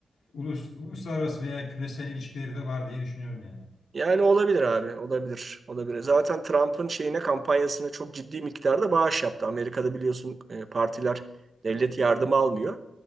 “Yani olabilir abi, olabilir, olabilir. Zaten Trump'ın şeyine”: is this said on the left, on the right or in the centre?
Right